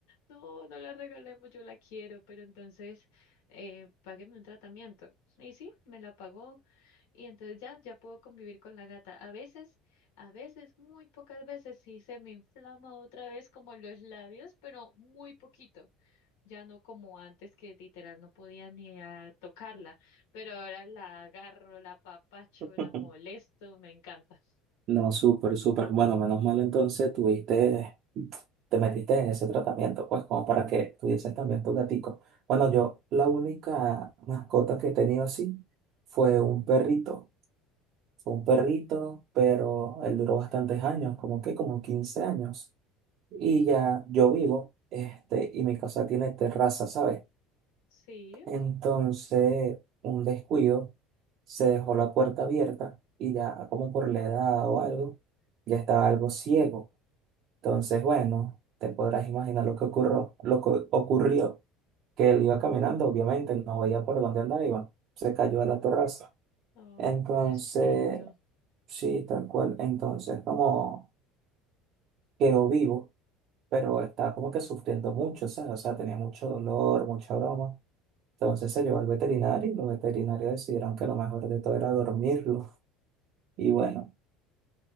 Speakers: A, on the left; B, on the right.
A: no, no la regalemos, yo la quiero, pero entonces eh, págueme un tratamiento. Y sí, me la pagó y entonces ya, ya puedo convivir con la gata. A veces, a veces, muy pocas veces sí se me inflama otra vez como los labios, pero muy poquito ya no como antes que literal no podía ni a tocarla, pero ahora la agarro, la apapacho,
B: <laughs>
A: la molesto, me encanta.
B: No, súper, súper. Bueno, menos mal entonces tuviste, te metiste en ese tratamiento, pues, como para que tuvieses también tu gatico. Bueno, yo la única mascota que he tenido así fue un perrito. Fue un perrito, pero él duró bastantes años, como que como 15 años. Y ya yo vivo, este, y mi casa tiene terraza, ¿sabes?
A: Sí,
B: Entonces, un descuido, se dejó la puerta abierta y ya como por la edad o algo, ya estaba algo ciego. Entonces, bueno, te podrás imaginar lo que ocurrió, lo que ocurrió, que él iba caminando, obviamente, no veía por dónde andaba, iba, se cayó a la terraza.
A: ay,
B: Entonces,
A: pobrecito.
B: sí, tal cual, entonces como quedó vivo, pero estaba como que sufriendo mucho, ¿sabes? O sea, tenía mucho dolor, mucha broma. Entonces se llevó al veterinario y los veterinarios decidieron que lo mejor de todo era dormirlo. Y bueno,